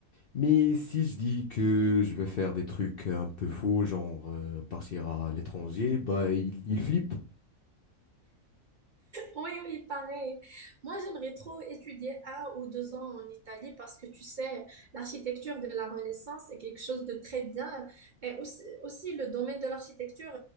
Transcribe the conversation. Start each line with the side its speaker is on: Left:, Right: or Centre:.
Left: Mais si je dis que je veux faire des trucs un peu fous, genre euh, partir à l'étranger, bah ils ils flippent.
Right: Oui, oui, pareil. Moi, j'aimerais trop étudier un ou deux ans en Italie parce que tu sais, l'architecture de la Renaissance est quelque chose de très bien. Et aussi, aussi le domaine de l'architecture